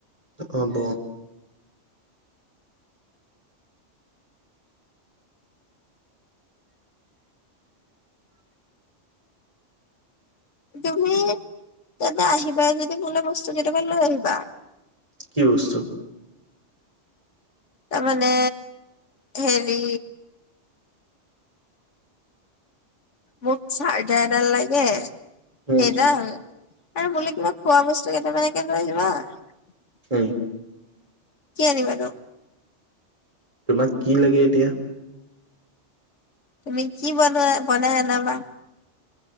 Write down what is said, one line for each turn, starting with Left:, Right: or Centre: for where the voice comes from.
Right: অ'ব।
Left: তুমি তেন্তে আহিবা যদি মোলৈ বস্তু কেইটামান লৈ আহিবা।
Right: কি বস্তু।
Left: তাৰমানে হেৰি মোক চাৰজা এডাল লাগে,
Right: উম,
Left: সেইডাল আৰু মোলৈ কিবা খোৱা বস্ <unintelligible>
Right: হুম,
Left: কি আনিবা ন।
Right: তোমাক কি লাগে এতিয়া।
Left: তুমি কি বনোৱা বনাই আনাবা।